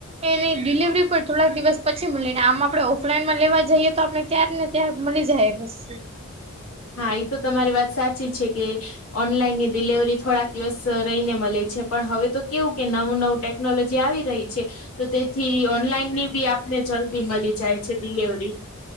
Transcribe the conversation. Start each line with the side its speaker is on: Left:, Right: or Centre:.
Right: એની ડિલવરી પણ થોડાક દિવસ પછી મળીને આમ આપડણે ઓફલાઈનમા લેવા જઈએ, તો આપણે ત્યાર ને ત્યા મળી જાય બસ
Left: હા એ તો તમારી વાત સાચી છે, કે ઓનલાઈન ની ડિલિવરી થોડાક દિવસ રહીને મળે છે, પણ હવે તો કેવું કે નવુ નવુ ટેક્ ટેકનોલોજી આવી રહી છે. તો તેથી ઓનલાઈન ની બી આપને જલ્દી મળી જાય છે, ડિલવરી